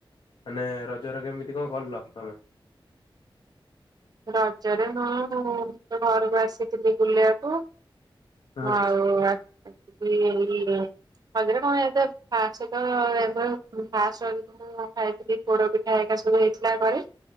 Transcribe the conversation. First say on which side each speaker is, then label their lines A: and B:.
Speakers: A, on the left (about 75°); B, on the right (about 45°).
A: ମାନେ ରଜରେ କେମିତି କଣ କରିଲ ତମେ?
B: ରଜରେ ହଁ ମୁଁ ଘରକୁ ଆସିଥିଲି ବୁଲିବାକୁ।
A: ହୁଁ
B: ମୁଁ ଆଉ ଆସିପାରିବିକି ଏଇନେ। ହଜାରେ କଣ ଏତେ ଫାଷ୍ଟେ ତ ଏବେରୁ ଫାଷ୍ଟ ର। <unintelligible> ମୁଁ ଯାହା ଖାଇଥିଲି ପୋଡ ପିଠା ହେରିକା ସବୁ ହେଇଥିଲା ଘରେ।